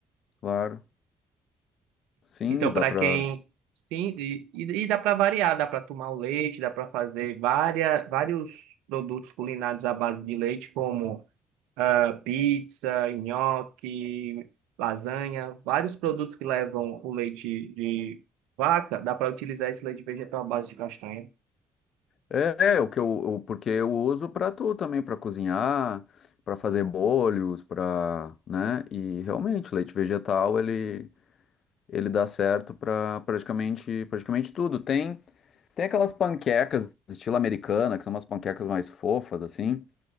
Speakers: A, on the left; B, on the right.
A: Claro. Sim,
B: Então,
A: dá
B: para
A: pra...
B: quem. Sim, e, e e dá para variar, dá para tomar o leite, dá para fazer várias, vários produtos culinários à base de leite, como ah, pizza, nhoque, lasanha, vários produtos que levam o leite de vaca, dá para utilizar esse leite vegetal à base de castanha.
A: É, é, o que eu, o- porque eu uso pra tu também, pra cozinhar, pra fazer bolhos, pra, né? E realmente, o leite vegetal, ele, ele dá certo pra praticamente, praticamente tudo. Tem, tem aquelas panquecas estilo americana, que são umas panquecas mais fofas, assim,